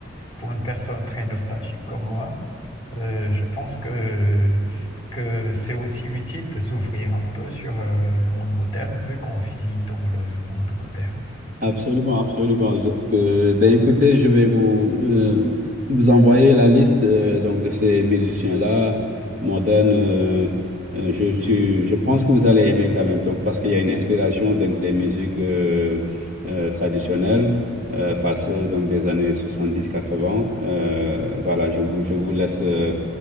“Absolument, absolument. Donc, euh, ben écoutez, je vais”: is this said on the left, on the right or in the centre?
Right